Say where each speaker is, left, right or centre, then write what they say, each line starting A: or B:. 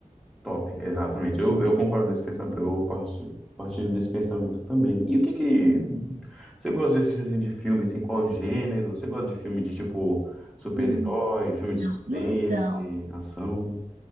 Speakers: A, in the centre; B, on the right.
A: top, exatamente. Eu, eu concordo desse pensamento, eu parti- partilho desse pensamento também. E o que que você gosta de assistir, assim, de filme, assim, qual gênero? Você gosta de filme de, tipo, super-herói,
B: Hum,
A: filme de
B: não.
A: suspense,
B: Então.
A: ação?